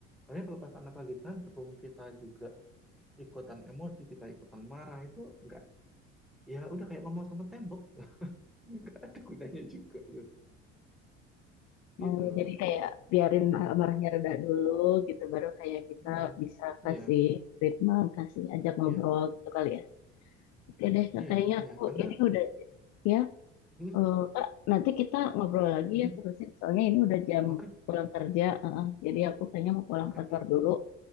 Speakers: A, in the centre; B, on the left.
A: tapi kalau pas anak lagi tantrum kita juga ikutan emosi kita ikutan marah itu enggak ya udah kayak ngomong sama tembok <laughs> enggak ada gunanya juga gitu gitu
B: Oh ya,
A: Pak.
B: jadi kayak biarin marahnya reda dulu gitu, baru kayak kita
A: Mm-mm.
B: bisa kasih
A: iya
B: treatment, kasih ajak ngobrol
A: iya
B: gitu kali ya. Oke deh,
A: iya
B: kayaknya
A: iya
B: aku
A: karena
B: ini udah ya
A: hmm,
B: Eh, Kak, nanti kita ngobrol lagi
A: hmm,
B: ya terusin. Soalnya ini udah jam
A: oke
B: pulang kerja. eh, eh. jadi aku kayaknya mau pulang
A: Oke,
B: kantor dulu.